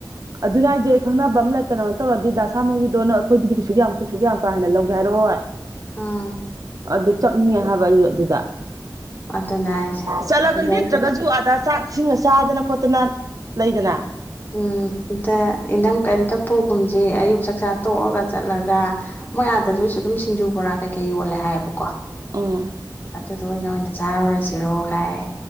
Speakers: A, on the right; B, on the left.
A: ꯑꯗꯨꯅ ꯑꯩꯁꯦ ꯈꯪꯅꯕ ꯑꯃ ꯂꯩꯇꯅ ꯇꯧꯔꯗꯤ ꯗ ꯁꯥ ꯃꯣꯏꯒꯤꯗꯣ ꯅ ꯑꯩꯈꯣꯏꯗꯗꯤ ꯀꯩꯁꯨ ꯌꯥꯝ ꯀꯩꯁꯨ ꯀ ꯌꯥꯝ ꯀꯥ ꯍꯦ ꯂꯧꯒꯦ ꯍꯥꯏꯔꯛꯑꯣ ꯑꯣ
B: ꯎꯝ
A: ꯑꯗꯨ ꯆꯠꯅꯤꯡꯉꯦ ꯍꯥꯏꯕ ꯌ ꯑꯗꯨꯗ
B: ꯑꯗꯨꯅꯦ ꯍꯥꯏꯁꯦ
A: ꯆꯠꯂꯒ
B: ꯑꯗꯨꯗ
A: ꯂꯤꯦꯞꯇ꯭ꯔꯒꯁꯨ ꯑꯗꯥ ꯆꯥꯛꯁꯤꯡꯒ ꯆꯥꯗꯅ ꯈꯣꯠꯇ ꯐꯠꯇꯅ ꯂꯩꯗꯅ
B: ꯎꯝ ꯑꯇ ꯏꯊꯝ ꯀꯩꯝꯇ ꯄꯨꯈꯨꯝꯁꯤ ꯑꯌꯨꯛ ꯆꯛꯆꯥ ꯇꯣꯛꯑꯒ ꯆꯠꯂꯒ ꯃꯣꯏ ꯑꯥꯗꯗꯨꯁꯨ ꯑꯗꯨꯝ ꯁꯤꯡꯖꯨ ꯕꯣꯔꯥ ꯀꯩꯀꯩ ꯌꯣꯜꯂꯦ ꯍꯥꯏꯌꯦꯕꯀꯣ
A: ꯎꯝ
B: ꯑꯗꯨꯗ ꯑꯣꯏꯅ ꯑꯣꯏꯅ ꯆꯥꯔꯨꯔꯁꯤꯔꯣ ꯀꯥꯏ